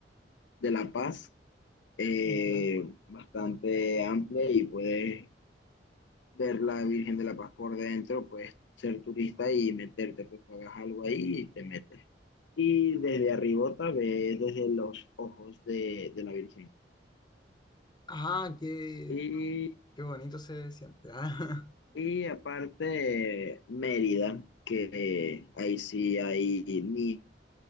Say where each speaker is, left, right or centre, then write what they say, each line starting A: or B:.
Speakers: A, on the left (about 80°); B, on the left (about 25°).
A: de la Paz, eh,
B: ya.
A: bastante amplia y puedes ver la Virgen de la Paz por dentro, puedes ser turista y meterte, pues pagas algo ahí y te metes. Y desde arribota ves desde los ojos de, de la Virgen.
B: Ah, qué,
A: Y,
B: qué bonito se siente. ah. <laughs>
A: y aparte Mérida, que ahí sí hay nieve